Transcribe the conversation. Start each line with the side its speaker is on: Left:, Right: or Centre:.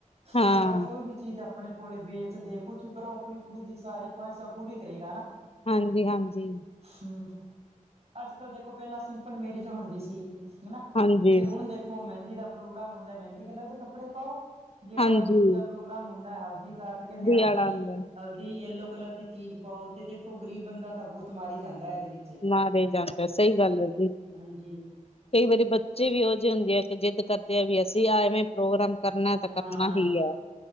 Left: ਹਾਂ
Right: ਜਿਹੜਾ ਕੋਈ ਵੀ ਚੀਜ਼ ਆਪਣੇ ਕੋਲੇ ਵੇਚਦੇ ਕੁਛ ਵੀ ਕਰੋ ਆਪਣੀ ਕੁੜੀ ਦੀ ਸਾਰੀ ਖਹਿਸ਼ਾਂ ਪੂਰੀ ਕਰੇਗਾ ਹਨਾ।
Left: ਹਾਂਜੀ-ਹਾਂਜੀ
Right: ਹਮ ਅੱਜ ਕੱਲ ਦੇਖੋ ਪਹਿਲਾਂ ਸਿੰਪਲ ਮੇਰਿਜ ਹੁੰਦੀ ਸੀ ਹਨਾ
Left: ਹਾਂਜੀ
Right: ਤੇ ਹੁਣ ਦੇ ਮਹਿੰਦੀ ਦਾ ਪ੍ਰੋਗਰਾਮ ਹੁੰਦਾ ਮਹਿੰਦੀ ਕਲਰ ਦੇ ਕੱਪੜੇ ਪਾਓ। ਜਿਹੜਾ
Left: ਹਾਂਜੀ
Right: ਉਹ ਦੂਜਾ ਪ੍ਰੋਗਰਾਮ ਹੁੰਦਾ ਹਲਦੀ ਦਾ ਤੇ ਕਹਿੰਦੇ ਹਲਦੀ
Left: ਵਾਲਾ ਆਂਦਾ
Right: ਹਲਦੀ ਯੈਲੋ ਕਲਰ ਦੀ ਚੀਜ਼ ਪਾਓ ਤੇ ਦੇਖੋ ਗਰੀਬ ਬੰਦਾ ਤਾਂ ਬੌਤ ਮਾਰ ਹੀ ਜਾਂਦਾ ਇਹਦੇ ਵਿੱ
Left: ਮਾਰ ਹੀ ਜਾਂਦਾ ਸਹੀ ਗੱਲ ਹੈ ਜੀ। ਕਈ
Right: ਹਾਂਜੀ
Left: ਵਾਰੀ ਬੱਚੇ ਵੀ ਇਹੋ ਜਿਹੇ ਹੁੰਦੇ ਆ ਕਿ ਜਿੱਦ ਕਰਦੇ ਆ ਵੀ ਅਸੀਂ ਆ ਐਵੇ ਪ੍ਰੋਗਰਾਮ ਕਰਨਾ ਤੇ
Right: ਹਾਂ
Left: ਕਰਨਾ ਹੀ ਹੈ